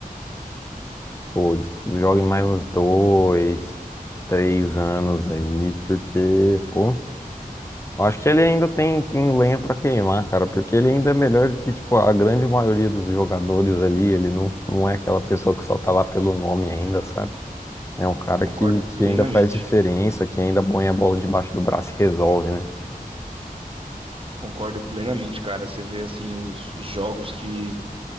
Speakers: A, on the left; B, on the right.
A: pô, eles joguem mais uns dois, três anos aí, porque, pô, eu acho que ele ainda tem, tem lenha pra queimar, cara, porque ele ainda é melhor do que, tipo, a grande maioria dos jogadores ali. Ele não, não é aquela pessoa que só tá lá pelo nome ainda, sabe? É um cara
B: Concordo
A: que, que
B: plenamente.
A: ainda faz diferença, que ainda põe a bola debaixo do braço e resolve, né?
B: Concordo plenamente, cara. Você vê assim os, os jogos que